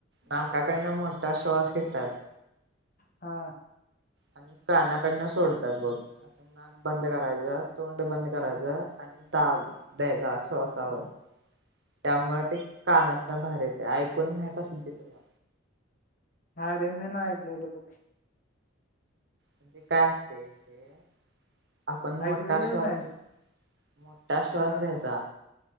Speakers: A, on the right; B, on the left.
A: नाकाकडनं मोठा श्वास घेतात.
B: हा,
A: आणि कानाकडनं सोडतात बघ. नाक बंद करायचं, तोंड बंद करायचं आणि दाब द्यायचा श्वासव. त्यामुळ ते कानातन बाहेर येत. ऐकून माहत असेल ते तुला.
B: नाही रे, मी नाही ऐकलेलं कधी.
A: म्हणजे काय असते एक ते, आपण मोठा
B: ऐकलेलंच
A: श्वास
B: नाही
A: घ्यायचा मोठा श्वास
B: हा
A: घ्यायचा आत.